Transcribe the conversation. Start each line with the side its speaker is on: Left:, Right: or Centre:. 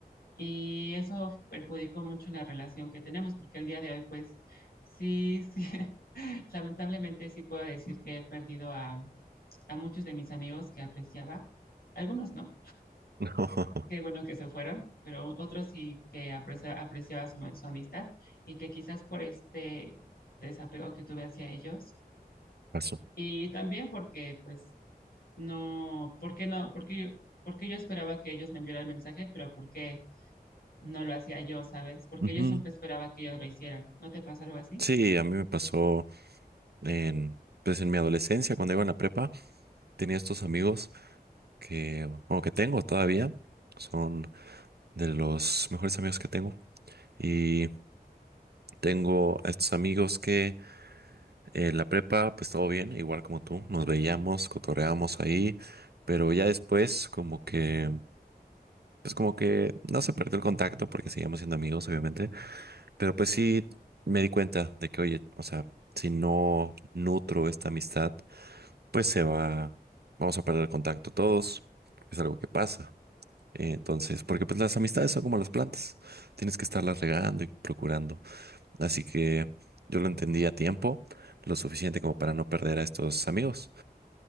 Left: Y eso perjudicó mucho la relación que tenemos, porque el día de hoy, pues, sí, sí, <laughs> lamentablemente sí puedo decir que he perdido a, a muchos de mis amigos que apreciaba, algunos no,
Right: <laughs>
Left: qué
Right: No,
Left: bueno que se fueron, pero otros sí que aprecia- apreciaba su, su amistad y que quizás por este desapego que tuve hacia ellos
Right: pasó.
Left: y también porque, pues, no, ¿por qué no? Porque, porque yo esperaba que ellos me enviaran el mensaje, pero ¿por qué? no lo hacía yo, ¿sabes? Porque
Right: Ujú.
Left: yo siempre esperaba que ellos lo hicieran. ¿No te pasa algo así?
Right: Sí, a mí me pasó en, pues en mi adolescencia, cuando iba en la prepa, tenía estos amigos que, o que tengo todavía, son de los mejores amigos que tengo. Y tengo a estos amigos que eh, en la prepa, pues todo bien, igual como tú, nos veíamos, cotorreábamos ahí, pero ya después como que, pues como que no se perdió el contacto porque seguíamos siendo amigos, obviamente, pero pues sí me di cuenta de que, oye, o sea, si no nutro esta amistad, pues se va, vamos a perder el contacto todos, es algo que pasa. Eh, Entonces, porque pues las amistades son como las plantas, tienes que estarlas regando y procurando. Así que yo lo entendí a tiempo, lo suficiente como para no perder a estos amigos.